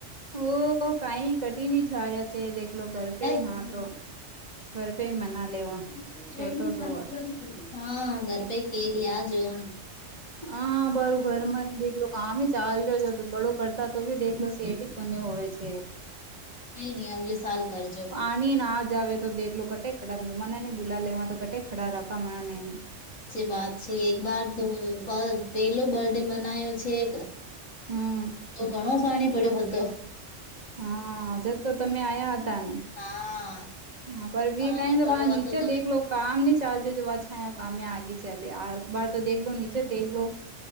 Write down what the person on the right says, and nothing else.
ઓહ કઈ કઠિ ન જા રહ્યા છે દેખલો ઘર પે હ
હા તો ઘર પે
મના લેવા છોટો
સોવા.
હા બારું ઘર માં બેેખ કમે ચાલ્યો છે બડો પડતા તો બી દેખલો સીઆડી કોને હોવે છે
આણી ને આ જ આવે તો દેખલો કટે ખડા મહેમાનને બુલા લેવા તો કટે ખડા રાખા મણા નેને
હમ
હાજ તો તમે આ્યા હતા ને
હા પર બી
ટાઈમ તો
બ નીચે
દેખલો લો કામ નની ચાલજો જો વાત છા કામ આગી છે આ વાર તો દેખ લો નીચે દેખલો